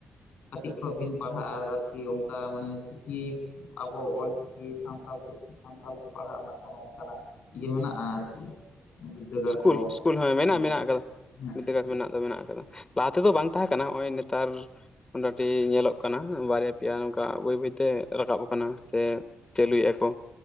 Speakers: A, on the left; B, on the left.
A: ᱠᱟᱹᱴᱤᱡ ᱠᱷᱚᱡ ᱵᱤᱱ ᱯᱟᱲᱦᱟᱜᱼᱟ ᱟᱨᱠᱤ ᱚᱱᱠᱟ ᱢᱟᱱᱮ ᱪᱤᱠᱤ ᱟᱵᱚ ᱚᱞᱪᱤᱠᱤ ᱥᱟᱱᱛᱟᱞ ᱛᱮ ᱥᱟᱱᱛᱟ ᱛᱮ ᱯᱟᱲᱦᱟᱜ ᱨᱮᱱᱟᱜ ᱠᱳᱚᱱᱚ ᱚᱱᱠᱟᱱᱟᱜ ᱤᱭᱟᱹ ᱢᱮᱱᱟᱜᱼᱟ <inaudible>
B: ᱫᱠᱩᱞ
A: ᱠᱚ
B: ᱥᱠᱩᱞ ᱦᱮᱸ ᱢᱮᱱᱟᱜ
A: ᱚᱱᱛᱮ
B: ᱢᱮᱱᱟᱜ
A: ᱨᱮ
B: ᱟᱠᱟᱫᱟ
A: ᱦᱮᱸ
B: ᱵᱤᱫᱽᱫᱟᱹᱜᱟᱲ ᱢᱮᱱᱟᱜ ᱫᱚ ᱢᱮᱱᱟᱜ ᱟᱠᱟᱫᱟ᱾ ᱞᱟᱦᱟ ᱛᱮᱫᱚ ᱵᱟᱝ ᱛᱟᱦᱮᱸ ᱠᱟᱱᱟ ᱱᱚᱜᱼᱚᱭ ᱱᱮᱛᱟᱨᱻ ᱴᱟᱩᱴᱤ ᱧᱮᱞᱚᱜ ᱠᱟᱱᱟ, ᱵᱟᱨᱭᱟ ᱯᱮᱭᱟ ᱱᱚᱝᱠᱟ ᱵᱟᱹᱭ ᱵᱟᱹᱭᱛᱮ ᱨᱟᱠᱟᱵ ᱟᱠᱟᱱᱟ ᱥᱮ, ᱪᱟᱹᱞᱩᱭᱮᱜ-ᱟ ᱠᱚ